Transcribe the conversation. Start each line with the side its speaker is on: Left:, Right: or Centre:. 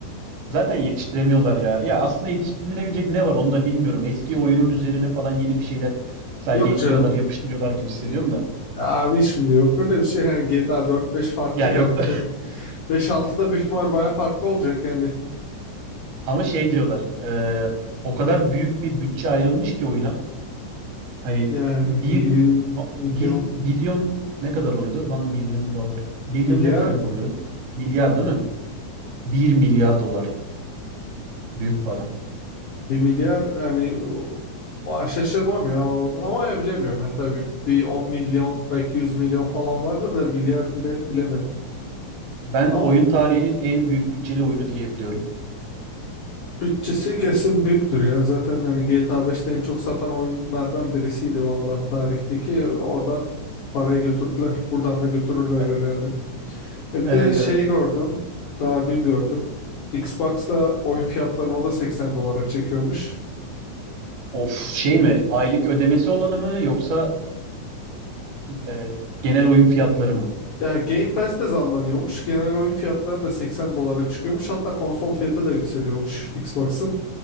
Right: zaten yetiştiremiyorlar ya. Ya aslında yetiştirilebilecek ne var onu da bilmiyorum. Eski oyunun üzerine falan yeni bir şeyler sadece
Left: Yok
Right: ekliyorlar,
Left: canım.
Right: yapıştırıyorlar gibi hissediyorum
Left: Ee,
Right: da.
Left: Abi şimdi yok öyle bir şey yani GTA 4-5 farklıydı
Right: Ya yok
Left: hani
Right: da
Left: 5-6 da büyük ihtimal baya farklı olacak yani
Right: <laughs> ama şey diyorlar. ee, o kadar büyük bir bütçe ayrılmış ki oyuna. Hani
Left: yani
Right: bir
Left: mi- milyon
Right: bil, bilyon ne kadar oluyordu? One billion dollar. Billion
Left: milyar
Right: ne demek
Left: mı?
Right: oluyordu? Milyar değil mi? Bir milyar dolar. Büyük para.
Left: Bir milyar yani o, o- şaşırmam ya O- ama ya bilemiyorum yani tabii bir on milyon belki 100 milyon falan vardır da milyar bile bilemedim
Right: Ben
Left: ama
Right: oyun tarihinin en büyük bütçeli oyunu diyebiliyorum.
Left: bütçesi kesin büyüktür ya zaten hani GTA 5'te en çok satan oyunlardan birisiydi vallahi tarihteki oradan parayı götürdüler buradan da götürürler
Right: E-
Left: herhalde. Ya bir
Right: Evet
Left: de şeyi
Right: evet.
Left: gördüm. Daha dün gördüm. Xbox'ta oyun fiyatlarını o da 80 dolara çekiyormuş.
Right: Of şey mi? Aylık ödemesi olanı mı yoksa e, genel oyun fiyatları mı?
Left: Ya Game Pass de zamlanıyormuş. Genel oyun fiyatları da 80 dolara çıkıyormuş. Hatta konsol fiyatı da yükseliyormuş Xbox'ın.